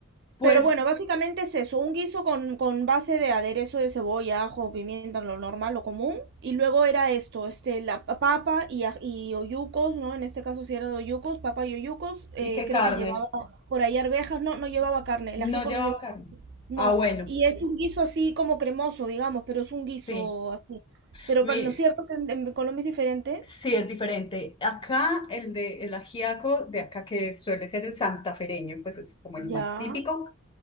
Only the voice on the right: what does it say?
Pero bueno, básicamente es eso, un guiso con, con base de aderezo de cebolla, ajo, pimienta, lo normal, lo común. Y luego era esto, este, la pa- papa y, aj- y oyucos, ¿no? En este caso sí era de oyucos, papa y oyucos. eh,
creo
que llevaba por ahí arvejas, no, no llevaba carne, el
ajiaco
no llevaba,
no.
Y es un guiso así como cremoso, digamos, pero es un guiso
así. Pero
para, ¿no es cierto que en, en Colombia es diferente?
Ya,